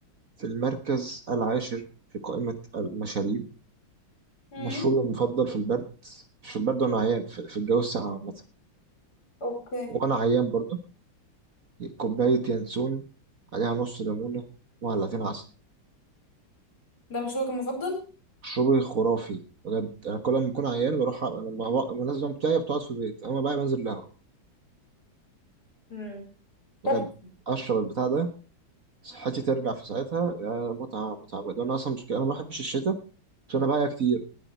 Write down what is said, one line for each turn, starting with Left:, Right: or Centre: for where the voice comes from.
Right: في المركز العاشر في قائمة المشاريب
Left: امم
Right: مشروبي المفضل في البرد مش في البرد وانا عيان في, في الجو الساقع عامة
Left: اوكي
Right: وانا عيان برضه كوباية ينسون عليها نص ليمونة ومعلقتين عسل
Left: ده مشروبك المفضل
Right: مشروبي خرافي بجد انا كل ما بكون عيان بروح أ- لما بق- لما الناس دي بتاعي بتقعد في البيت اما بقى بنزل القهوة
Left: امم
Right: بجد
Left: تحفة
Right: اشرب البتاع ده صحتي ترجع في ساعتها يا متعة متعة بجد انا اصلا مش كده انا ما بحبش الشتاء عشان انا بقى كتير